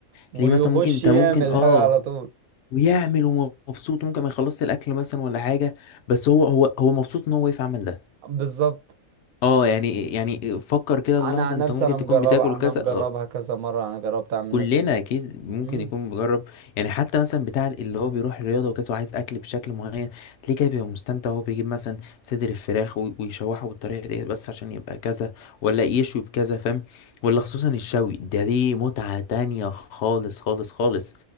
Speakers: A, on the right (about 85°); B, on the left (about 65°).
A: ويخش
B: تلاقيه مثلا ممكن انت
A: يعمل
B: ممكن اه
A: حاجة على طول
B: ويعمل ومبسوط ممكن ما يخلصش الاكل مثلا ولا حاجه بس هو هو هو مبسوط ان هو واقف عمل ده
A: بالظبط
B: اه يعني يعني فكر كده اللحظه
A: انا عن
B: انت
A: نفسي
B: ممكن
A: انا مجربة
B: تكون بتاكل وكذا
A: انا مجربها كذا مرة انا جربت اعمل
B: كلنا
A: مثلا
B: اكيد ممكن
A: مم.
B: يكون مجرب يعني حتى مثلا بتاع اللي هو بيروح الرياضه وكده وعايز اكل بشكل معين تلاقيه كده بيبقى مستمتع وهو بيجيب مثلا صدر الفراخ وي- ويشوحه بالطريقه ديت بس عشان يبقى كذا ولا يشوي بكذا فاهم ولا خصوصا الشوي ده دي متعه تانية خالص خالص خالص